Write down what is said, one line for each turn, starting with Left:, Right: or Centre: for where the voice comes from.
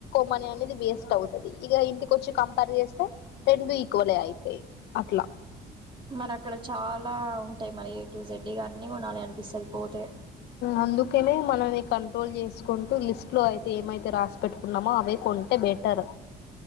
Left: మని అనేది వేస్ట్ అవుతుది ఇక ఇంటిక వచ్చి కంపేర్ చేస్తే రెండు ఈక్వల్ అవుతాయి అట్లా
Right: మరి అక్కడ చాలా ఉంటాయి మరి ఏ టు జెడ్డగా అన్ని కొనాలి అనిపిస్త పోతే
Left: అందుకేనే మనని కంట్రోల్ చేసుకుంటూ లిస్ట్ లో అయితే ఏమైతే రాసి పెెట్టుకు కున్నామో అవే కొంటే బెటర్